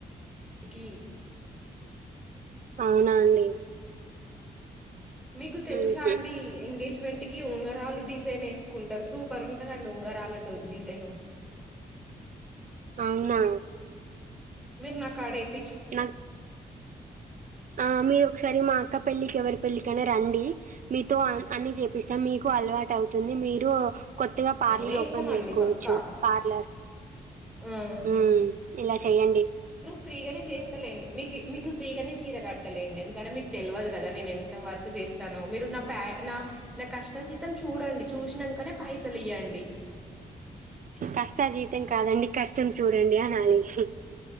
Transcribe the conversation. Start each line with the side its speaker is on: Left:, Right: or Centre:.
Centre: ఇకి
Right: అవునా అండి
Centre: మీకు తెలుసా
Right: హుహు.
Centre: అండి ఎంగేజ్ వెట్కి ఉంగరాలు డిజైన్ వేసుకుంటారు సూపర్ ఉంటదండి ఉంగరాల తోటి డిజైన్
Right: అవునా
Centre: మిరు నాకాడేపి
Right: ఆ ఆ మీరు ఒకసారి మా అక్క పెళ్ళికి ఎవరి పెళ్లికన్న రండి మీతో అని చేపిస్తా మీకు అలవాటు అవుతుంది మీ టు కొత్తగా పార్లర్
Centre: వేస్తామండి
Right: ఓపెన్ చేసుకోవచ్చు
Centre: పక్కా
Right: పార్లర్
Centre: హ్మ్
Right: మ్ ఇలా చెయ్యండి
Centre: ఫ్రీ గానే చేత్ అంతే లేండి మీకు మీకు ఫ్రీగానే చీర కడు అంతే లేండి ఎందుకంటే మీకు తెల్వదు కదా నేను ఎంత వర్క్ చేస్తానో మీరు నా పే కష్ట చితం చూడండి చూసి నాన్కనే పైసలు ఇయ్యండి
Right: కష్టా జీతం కాదండి కష్టం చూడండి ఆహా హి